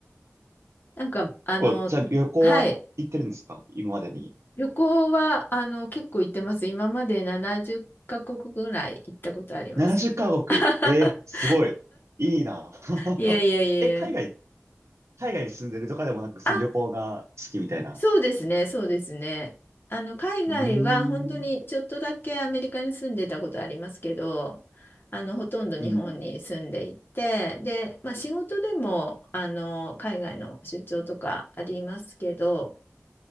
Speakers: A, on the left; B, on the right.
A: なんか、あの、
B: 結構、じゃあ旅行は行ってるんですか今までに。
A: はい、旅行は、あの、結構行ってます。今まで70カ国ぐらい行ったことあります。
B: 70カ国。
A: <laughs>
B: ええすごい。いいな。<laughs>
A: いやいやいやい
B: え、海外、海外に住んでるとかでもなく、
A: や。
B: 旅行が好きみたいな。
A: そうですね、そうですね。あの、海外は本当にちょっとだけアメリカに住んでたことありますけど、
B: うーん。
A: あの、ほとんど日本に住んでいて、
B: うん。
A: で、まあ、仕事でも、あの、海外の出張とかありますけど、